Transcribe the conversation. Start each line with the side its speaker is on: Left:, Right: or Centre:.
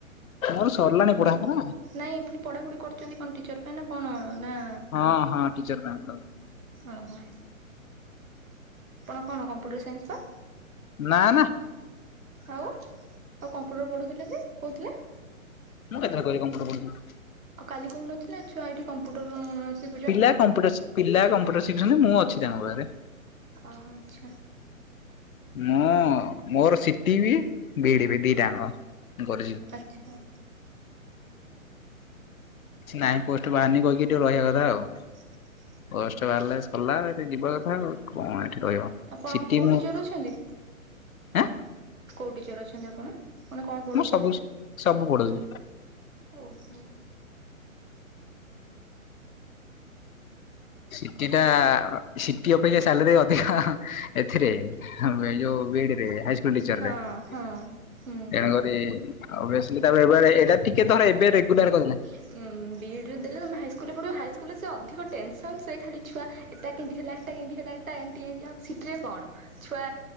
Left: ତମର ସରିଲାଣି
Right: ମାନେ
Left: ବଢାପରା?
Right: ନାଇଁ ପୁଣି ପଢାପଢି କରୁଛନ୍ତି କଣ ଟିଚର ପାଇଁ ନା କଣ ନା
Left: ହଁ ହଁ ଟିଚର ପଡଉ
Right: ଓହୋ ଆପଣ କଣମ୍ପୁଟର ସାଇନ୍ସ ପା
Left: ନା ନା
Right: ଆଉ ଆଉ କମ୍ପ୍ୟୁଟର ପଢୁଥିଲେ ଯେ କହୁଥିଲେ।
Left: ମୁଁ କେତେ ବେଳେ କହିଲି କମ୍ପ୍ୟୁଟର ପଢୁଥିଲି।
Right: କାଲି କହୁ ନଥିଲେ ଛୁଆ ଏଇଠି କମ୍ପ୍ୟୁଟର ସି
Left: ପିଲା କମ୍ପ୍ୟୁଟର ପିଲା କମ୍ପ୍ୟୁଟର ଶିଖିଛନ୍ତି ମୁଁ ଅଛି ତାଙ୍କ ପାଖରେ।
Right: ଆ ଆଚଛା
Left: ମୁଁ ମୋର ସିଟି ବି ବିଡ ବି ଦିଟାଙ୍କ ମୁ କରିଚି।
Right: ଆଚ୍ଛା
Left: ନାଇଁ ପୋଷ୍ଟ ବାହାରି କହିକି ଟିକେ ରହିବା କଥା ଆଉ।
Right: <unintelligible>
Left: ପୋଷ୍ଟ ବାହାରିଲେ ସରିଲା ଏଠି ଯିବା କଥାଉ କଣ ଏଠି ରହିବ।
Right: ଆପଣ
Left: ସିଟି
Right: କୋଉ
Left: ମୁଁ
Right: ଟିଚର୍ ଅଛନ୍ତି
Left: ଆଁ
Right: କୋଉ ଟିଚର୍ ଅଛନ୍ତି ଆପଣ? ଆପଣ କଣ ପଢୁଛନ୍ତି
Left: ମୁଁ ସବୁ ସବୁ ପଢଉଛି
Right: ଓହୋ
Left: ସିଟି ଟା ସିଟି ଅପେକ୍ଷା ସାଲେରି ଅଧିକା ଏଥିରେ ଆମ ଏ ଯୋଉ ବିଇଡିରେ ହାଇସ୍ ସ୍କୁଲ ଟିଚରରେ
Right: ହଁ ହଁ
Left: ତେଣୁକରି
Right: ହୁଁ।
Left: ଓବିୟସଲି ତାପରେ <inaudible> ହେବାରେ ଏଇଟା ଟିକେ ଧର ଏବେ ରେଗୁଲାର କରିଦେଲା
Right: ଉ ବିଇଡରେ ଦେଲେ ତମେ ହାଇସ୍କୁଲରେ ପଢ଼ିବ ହାଇସ୍କୁରେ ସେ ଅଧିକ ଟେନସନ ସେ ଖାଲି ଛୁଆ ଏଟା କେମିତି ହେଲା ହେଟା କେମିତି ହେଲା ଏଟା ଏମିତି ଏମିତି ଆଉ ସିଟିରେ କଣ ଛୁଆ